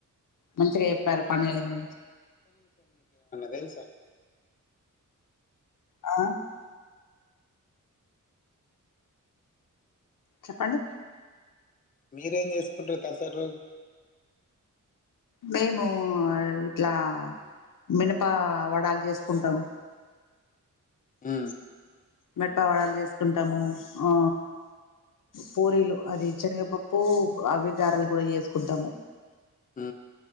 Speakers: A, on the left (about 80°); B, on the left (about 25°).
A: మంచిగా చెప్పారు పనులు
B: తెల్సా
A: ఆ చెప్పండి
B: మీరేం చేసుకుంటారు తర్సాద్ రోజు
A: మేము ఇట్లా మినప వడాలు చేసుకుంటాము
B: హ
A: మేటవలు చేసుకుంటాము ఆ పూరీలు అది చేనగపప్పు అవి గారెలు కూడా చేసుకుంటాము
B: ఆ